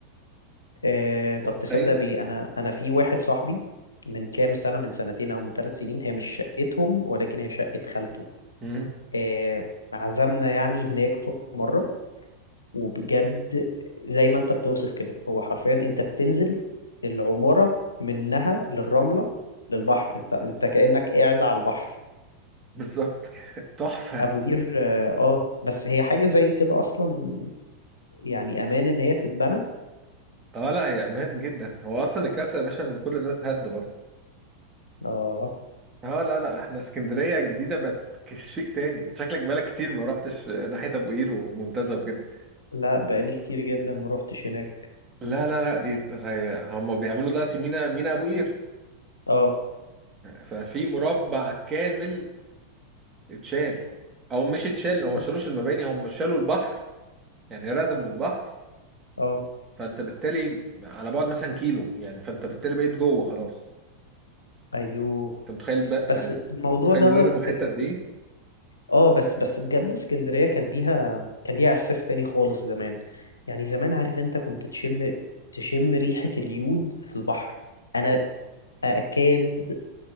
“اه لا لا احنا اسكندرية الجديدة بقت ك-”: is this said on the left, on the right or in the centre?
Right